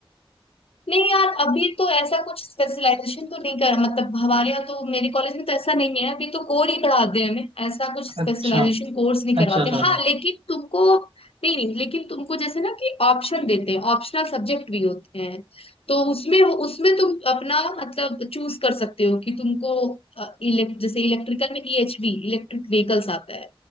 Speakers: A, on the left; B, on the right.
A: नहीं यार अभी तो ऐसा कुछ स्पेशलाइजेशन तो नहीं कर मतलब हमारे यहाँ तो मेरे कॉलेज में तो ऐसा नहीं है अभी तो कोर ही पढ़ाते हैं हमें ऐसा कुछ स्पेशलाइजेशन
B: अच्छा
A: कोर्स नहीं
B: अच्छा
A: करवाते
B: अच्छा अच्छा
A: हाँ लेकिन तुमको नहीं नहीं लेकिन तुमको जैसे ना कि ऑप्शन देते हैं ऑप्शनल सब्जेक्ट भी होते हैं तो उसमें उसमें तुम अपना मतलब चूज कर सकते हो कि तुमको अ, elect- जैसे इलेक्ट्रिकल में ईएचवी इलेक्ट्रिक व्हीकल्स आता है